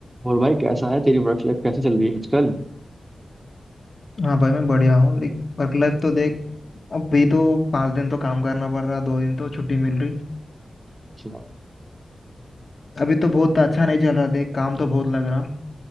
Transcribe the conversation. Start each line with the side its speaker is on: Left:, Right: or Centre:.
Right: और भाई कैसा है तेरी वर्क लाइफ कैसी चल रही है आजकल
Left: हाँ भाई मैं बढ़िया हूँ लाइक वर्क लाइफ तो देख अभी तो पाँच दिन तो काम करना पड़ रहा दो दिन तो छुट्टी मिल रही
Right: अच्छा
Left: अभी तो बहुत अच्छा नहीं चल रहा देख काम तो बहुत लग रहा